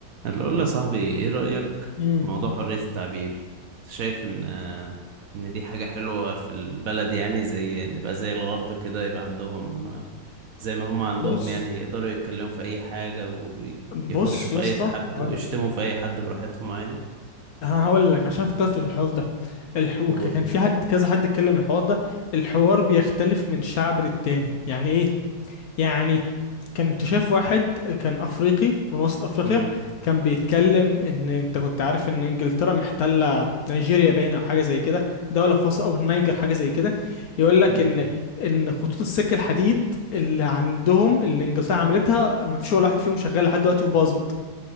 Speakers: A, on the right (about 60°); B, on the left (about 70°).
A: اللي اقول له يا صاحبي ايه رأيك
B: مم.
A: في موضوع حرية التعبير انت شايف ان آه، ان دي حاجة حلوة في البلد يعني زي نبقى زي الغرب كده يبقى عندهم آه، زي ما هم عندهم
B: بص
A: يعني يقدروا يتكلموا في اي حاجة ويخشوا
B: بص
A: في
B: يا
A: اي
B: اسطى
A: حد
B: هقول
A: ويشتموا
B: لك
A: في اي حد براحتهم عادي
B: هقول لك عشان فكرت في الحوار ده الح... وك-
A: قول
B: كان في حد كذا حد اتكلم الحوار ده الحوار بيختلف من شعب للتاني يعني ايه يعني كنت شايف واحد كان افريقي من وسط افريقيا
A: مم.
B: كان بيتكلم ان انت كنت عارف ان انجلترا محتله نيجيريا باين او حاجه زي كده دوله في وسط او النيجر حاجه زي كده يقول لك
A: مم.
B: ان ان خطوط السكه الحديد اللي عندهم اللي انجلترا عملتها ما فيش ولا واحد فيهم شغال لحد دلوقتي وباظت